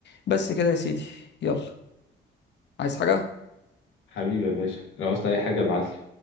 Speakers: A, on the left; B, on the left.
A: بس كده يا سيدي يلا عايز حاجه
B: حبيبي يا باشا لو عاوزت أي حاجة ابعتلي